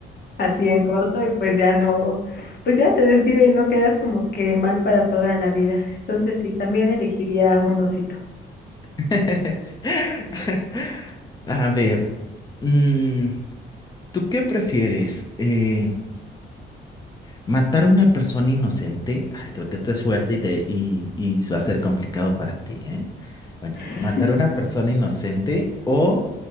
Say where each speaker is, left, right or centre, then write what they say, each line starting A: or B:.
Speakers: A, on the left (about 55°); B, on the left (about 20°).
A: así en corto y pues ya no, pues ya te desvive y no quedas como que mal para toda la vida. Entonces sí, también elegiría un osito.
B: <laughs> Sí. <laughs> A ver. mm, ¿Tú qué prefieres? Eh, ¿matar a una persona inocente? Ay, creo que esto es fuerte y, te, y, y va a ser complicado para ti, ¿eh? Bueno,
A: <laughs>
B: ¿matar a una persona inocente o